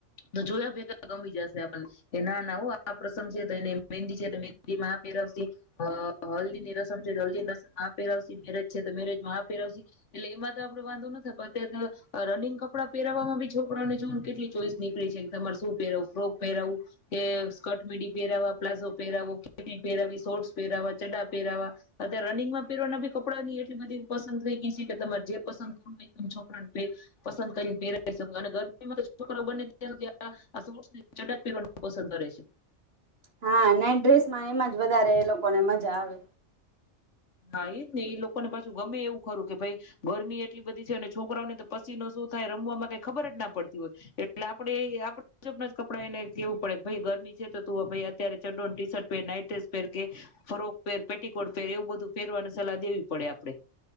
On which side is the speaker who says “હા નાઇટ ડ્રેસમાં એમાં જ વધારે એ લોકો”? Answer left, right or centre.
Right